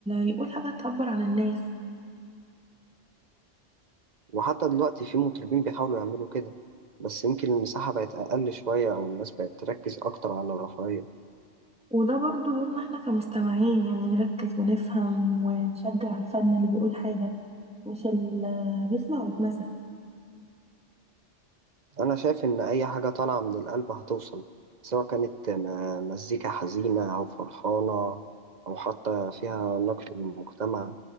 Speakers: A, in the centre; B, on the right (about 45°).
A: يقول حاجه تعبر عن الناس
B: وحتى دلوقتي في مطربين بيحاولوا يعملوا كده بس يمكن المساحة بقت أقل شوية أو الناس بقت تركز أكتر على الرفاهية
A: وده برضو دورنا احنا كمستمعين يعني نركز ونفهم ونشجع الفن اللي بيقول حاجة مش اللي بيسمع ويتنسى
B: أنا شايف إن أي حاجة طالعة من القلب هتوصل سواء كانت م- مزيكا حزينة أو فرحانة أو حتى فيها نقد للمجتمع